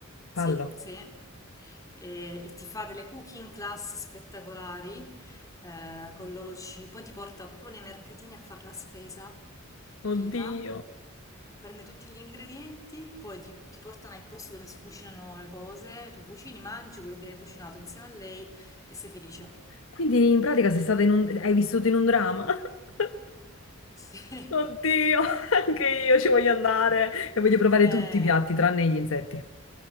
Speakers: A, on the left; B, on the left.
A: Sì,
B: fallo.
A: sì. E, e ti fa delle cooking class spettacolari eh, con il loro cibo. Poi ti porta proprio nei mercatini a fare la spesa prima,
B: Oddio.
A: prende tutti gli ingredienti, poi ti, ti porta nel posto dove si cucinano le cose. Tu cucini, mangi quello che hai cucinato insieme a lei e sei felice.
B: Quindi in pratica sei stata in un... hai vissuto in un dramma? <laughs>
A: Sì. <laughs>
B: Oddio, anche io ci voglio andare e voglio provare
A: Eh,
B: tutti i piatti tranne gli insetti.